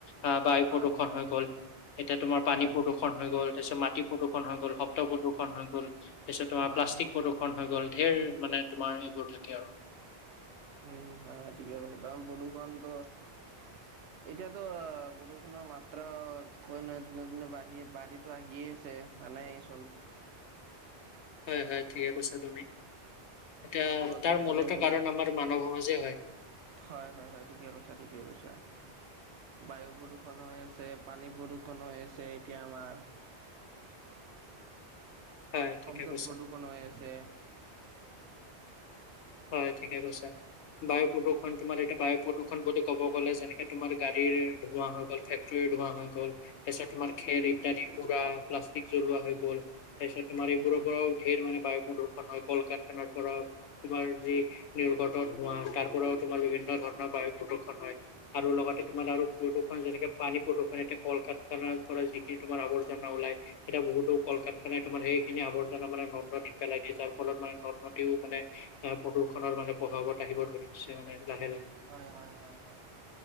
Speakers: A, on the left; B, on the right.
A: আহ বায়ু
B: হয়
A: প্ৰদূষণ
B: হয়
A: হৈ গ'ল, এতিয়া তোমাৰ পানী
B: হয়
A: প্ৰদূষণ হৈ গ হল তাৰপিছত মাটি প্ৰদূষণ হৈ গ'ল, শব্দ প্ৰদূষণ হৈ গল, পিছত তোমাৰ
B: হয়
A: প্লাষ্টিক প্ৰদূষণ হৈ গ'ল। ঢেৰ মানে তোমাৰ এইবোৰ থাকে আৰু।
B: উম হয় ঠিকে কৈছে কাৰণ পলোছনটো এতিয়া ত প্ৰদুষুণৰ মাত্ৰা কৈ নহয় দিনক দিনে বাঢ়িয়ে বাঢ়ে তো আহিয়ে ছে মানাই চোন।
A: হয় হয় ঠিকে কৈছা তুমি, এতিয়া
B: গছ
A: তাৰ
B: গছনি
A: মূলত
B: বহুত
A: কাৰণ আমাৰ মান মানৱ সমাজেই হয়।
B: হয় হয় হয় ঠিকে কৈছা ঠিকেই কৈছা। বায়ু প্ৰদূষন হৈ আছে, পানী প্ৰদূষন হৈ আছে এতিয়া আমাৰ।
A: <inaudible> হয় ঠিকে
B: শব্দ
A: কৈছা।
B: প্ৰদূষণ হৈ আছে
A: হয় ঠিকে কৈছা। বায়ু প্ৰদূষণ, তোমাৰ এতিয়া বায়ু প্ৰদূষণ বুলি ক'ব গলে যেনেকে তোমাৰ গাড়ীৰ ধোঁৱা হৈ গল, ফেক্টৰী ধোৱা হৈ গল, তাৰপিছত তোমাৰ খেৰ ইত্যাদি পুৰা প্লাষ্টিক জ্বলোৱা হৈ গল। তাৰপিছত তোমাৰ এইবোৰৰ
B: হয়
A: পৰাও ধেৰ মানে বায়ু প্ৰদূষন হয় কল কাৰখানাৰ পৰা তোমাৰ যি নিৰ্ঘট ধোঁৱা, তাৰপৰাও তোমাৰ বিভিন্ন ধৰণৰ বায়ু প্ৰদূষণ হয় আৰু লগতে তোমাৰ আৰু প্ৰদূষণ যেনেকে, পানী প্ৰদূষণ এতিয়া কল কাৰখানাৰ পৰা যিখিনি তোমাৰ আৱৰ্জনা ওলায় এতিয়া বহুতো কল -কাৰখানাই তোমাৰ সেইখিনি আৱৰ্জনা মানে নদ নদীত পেলাই দিয়ে, যাৰ ফলত মানে নদীও মানে আহ প্ৰদূষণৰ মানে প্ৰভাৱত আহিব ধৰিছে মানে লাহে লাহে।
B: হয় হয় হয় হয়,